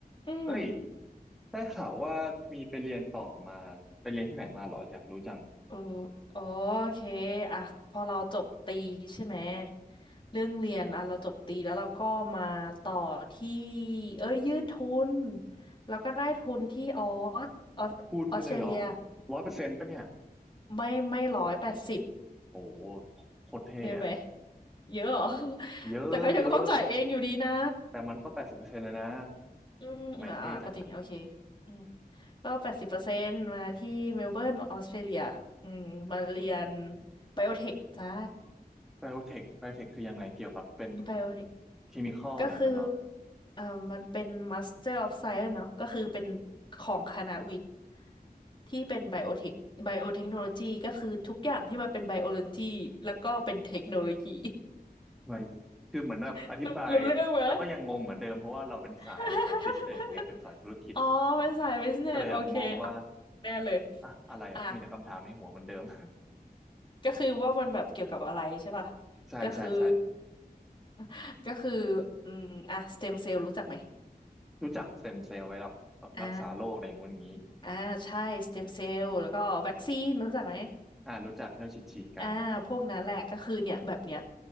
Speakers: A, on the left; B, in the centre.
A: อืม
B: เอ้ยได้ข่าวว่ามีไปเรียนต่อมาไปเรียนที่ไหนมาเหรออยากรู้จัง
A: เออโอเคอ่ะพอเราจบตรีใช่ไหมเรื่องเรียนอ่ะเราจบตรีแล้วเราก็มาต่อที่เอ้ยยื่นทุนแล้วก็ได้ทุนที่ออสออสออสเตรเลีย
B: ทุนเลยเหรอร้อยเปอร์เซ็นต์ปะเนี่ย
A: ไม่ไม่ร้อยแปดสิบ
B: โอ้โหโคตรเท่อะ
A: เยอะไหมเยอะเหรอ <laughs>
B: เยอะเยอะ
A: แต่ก็ยังต้องจ่ายเองอยู่ดีนะ
B: แต่มันก็แปดสิบเปอร์เซ็นต์เลยนะ
A: อืมอ่าอ่าก็จริงโอเค
B: ไม่เท่จังอ่ะ
A: อืมก็แปดสิบเปอร์เซ็นต์มาที่เมลเบิร์นออสเตรเลียอืมมาเรียน
B: อืม
A: ไบโอเทคจ้า
B: ไบโอเทคไบโอเทคคือยังไงเกี่ยวกับเป็น
A: ไบโอเทค
B: เคมีคอลอะไรอย่างนั้นเหรอ
A: ก็คือเอ่อมันเป็น Master of Science เนาะก็คือเป็นของคณะวิทย์ที่เป็นไบโอเทคไบโอเทคโนโลยีก็คือทุกอย่างที่มันเป็นไบโอโลจีแล้วก็เป็นเทคโนโลยี
B: ไม่คือเหมือนแบบอธิบายแล้วก็ยังงงเหมือนเดิมเพราะว่าเราเป็นสายสายบิสเนสไงเป็นสายธุรกิจ
A: <laughs> รู้รู้เรื่องไหม <laughs> อ๋อเป็นสายบิสเนสโอเคอ่ะ
B: ก็เลยแบบงงว่า
A: แน่เลย
B: อะอะไรอ่ะมีแต่คำถามในหัวเหมือนเดิม
A: อ่ะก็คือว่ามันแบบเกี่ยวกับอะไรใช่ป่ะ
B: <laughs> ใช่ใช่ใช่
A: ก็คือ <laughs> ก็คืออืมอ่ะสเต็มเซลล์รู้จักไหม
B: รู้จักสเต็มเซลล์ไว้แบบแบบรักษาโรคอะไรอย่างงู้นอย่างนี้
A: อ่า อ่าใช่สเต็มเซลล์แล้วก็วัคซีนรู้จักไหม
B: อ่ารู้จักที่เราฉีดฉีดกันนะ
A: อ่าพวกนั้นแหละก็คือเนี่ยแบบเนี้ย